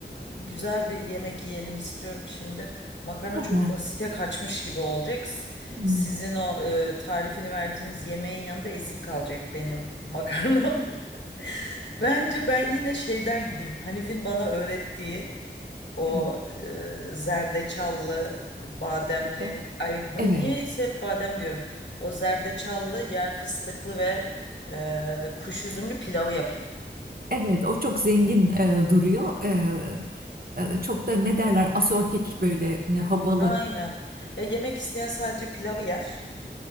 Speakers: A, on the left; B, on the right.
A: güzel bir yemek yiyelim istiyorum şimdi. Makarna
B: Hı
A: çok
B: hı.
A: basite kaçmış gibi olacak. S-
B: Hmm.
A: Sizin o eee, tarifini verdiğiniz yemeğin yanında ezik kalacak benim makarnam. <laughs> Bence ben yine
B: O-
A: şeyden gideyim. Hanif'in bana öğrettiği o
B: Evet.
A: eee, zerdeçallı, bademli.
B: Hı.
A: Ay ben
B: Evet,
A: niyeyse hep badem diyorum. O zerdeçallı, yer fıstıklı ve eee, kuş üzümlü pilavı yapayım.
B: evet o çok zengin e, duruyor. E, e, çok da ne derler asortik böyle e, havalı
A: Aynen. Ya yemek isteyen sadece pilavı yer.